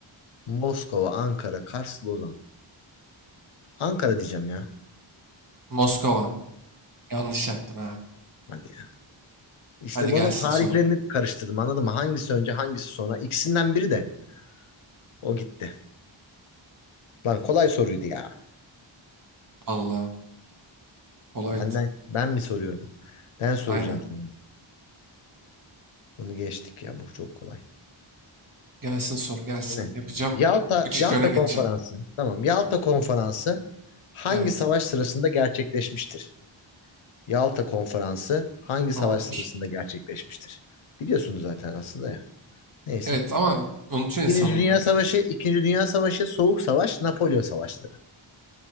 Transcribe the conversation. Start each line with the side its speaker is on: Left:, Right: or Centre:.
Left: Moskova, Ankara, Kars, Lozan. Ankara diyeceğim ya.
Right: Moskova. Yanlış yaptın abi.
Left: Hadi ya. İşte
Right: Hadi
Left: bunun
Right: gelsin
Left: tarihlerini
Right: sorum.
Left: karıştırdım anladın mı? Hangisi önce hangisi sonra? İkisinden biri de o gitti. Lan kolay soruydu ya.
Right: Vallahi kolaydı.
Left: Benden ben mi soruyorum? Ben soracağım
Right: Aynen.
Left: sana. Bunu geçtik ya bu çok kolay.
Right: Gelsin sor, gelsin.
Left: Bu ne?
Right: Yapacağım.
Left: Yalta
Right: 3-2
Left: Yalta
Right: öne geçeceğim.
Left: Konferansı. Tamam. Yalta Konferansı hangi
Right: Evet.
Left: savaş sırasında gerçekleşmiştir? Yalta Konferansı hangi
Right: Tamamdır.
Left: savaş sırasında gerçekleşmiştir? Biliyorsunuz zaten aslında ya. Neyse.
Right: Evet ama unutuyor
Left: Birinci
Right: insan
Left: Dünya
Right: bunları.
Left: Savaşı, İkinci Dünya Savaşı, Soğuk Savaş, Napolyon Savaşları.